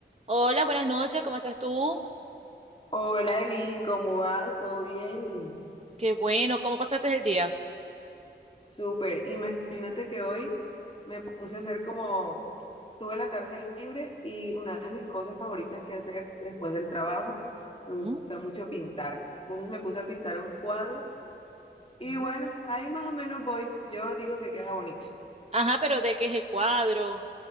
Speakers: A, on the right (about 35°); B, on the left (about 30°).
A: Hola, buenas noches, ¿cómo estás tú?
B: Hola Eli, ¿cómo vas? ¿Todo bien?
A: Qué bueno, ¿cómo pasaste el día?
B: Súper. Imagínate que hoy me puse a hacer como, tuve la tarde libre y una de mis cosas favoritas que hacer después del trabajo, me gusta
A: Ujú,
B: mucho pintar. Entonces me puse a pintar un cuadro y
A: ujú.
B: bueno, ahí más o menos voy. Yo digo que queda bonito.
A: Ajá, pero ¿de qué es el cuadro?